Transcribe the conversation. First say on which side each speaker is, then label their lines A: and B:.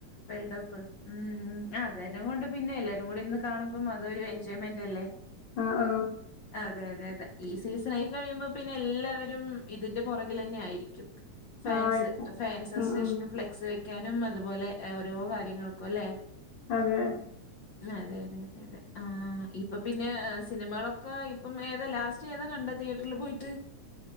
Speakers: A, on the left (about 55°); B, on the left (about 80°).
A: <unintelligible> ഉം അതെല്ലാം കൊണ്ട് പിന്നെ എല്ലാരും കൂടി ഇരുന്ന് കാണുമ്പം അതൊ ഒരു എൻജോയ്മെന്റ് അല്ലേ?
B: ആഹ് ആഹ്
A: ആ. അതെ അതെ അതെ ഈ സീസൺ ആയി കഴിയുമ്പോ പിന്നെ എല്ലാവരും ഇതിന്റെ പുറകില് തന്നെ ആയിരിക്കും. ഫാൻസ്
B: ആഹ് ആയിരിക്കും
A: ഫാൻസ് അസോസിയേഷൻ
B: ഉം ഉം
A: ഫ്ലെക്സ് വെ വെക്കാനും അതുപോലെ ഓരോ കാര്യങ്ങൾക്കും അല്ലെ?
B: അതെ
A: അതെ അതെ അതെ അതെ ആ ഇപ്പൊ പിന്നെ സിനിമകളൊക്കെ ഇപ്പം ഏതാ ലാസ്റ്റ് ഏതാ കണ്ടത്. തിയറ്ററില് പോയിട്ട്.